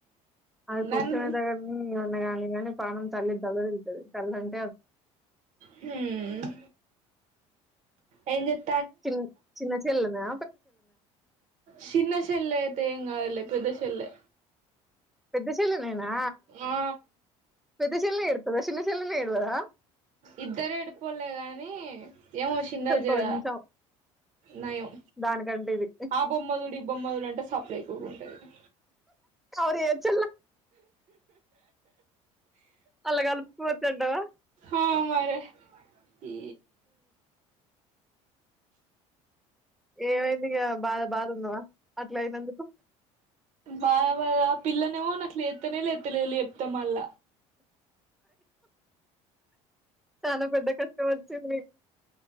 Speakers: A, in the centre; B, on the right.
A: అది
B: నన్ను
A: కొంచమే దగ్ర ఉమ్ న్నా కాగాని గాని పానం తల్లి తలడిల్లుతది తల్ అన్
B: హుమ్ ఏ చెస్
A: చి చిన్న చెల్లదా
B: చిన్న షాలయితే ఏం కాదు లే పెద్ద షెల్లె
A: పెద్ద చెలనేనా
B: ఆ
A: పెద్ద చెల్ ఎడుతు స శినసల్నే ఏదువదా
B: ఇద్దర ఎడిపోలే గానీ ఏమో చినాది జర
A: కొంచెం
B: నయం
A: దానికంటే ఇది
B: ఆ బొమ్మ దుడు ఈ బొమ్మ దుడు అంటే సప్ ఎ ఎక్కువగా ఉంటుంది
A: కౌరియే చల్ల అలా కలుపుకోవచ్చంటవా
B: ఆ మరి ఈ
A: ఏమైంది ఇక బాధ బాధందవా అట్ల అయినందుకు
B: బ బ పిల్లనే మో నాకు ఎతేనే లే ఎతేలే ఎప్త మల్ళ
A: చానా పెద్ద కష్టం వచ్చింది